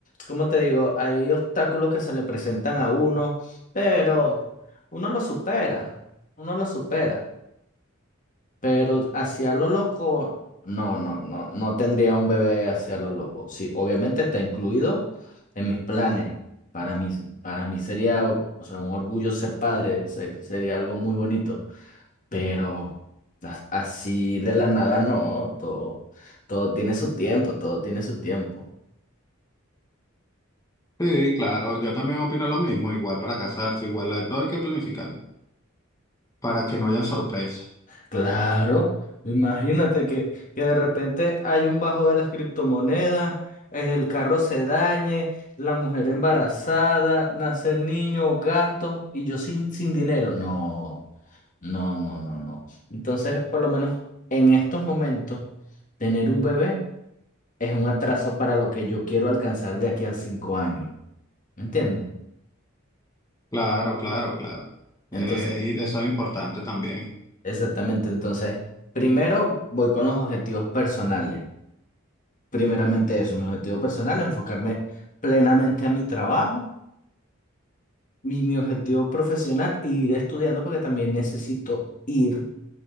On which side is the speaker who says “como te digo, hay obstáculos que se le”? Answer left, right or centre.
Left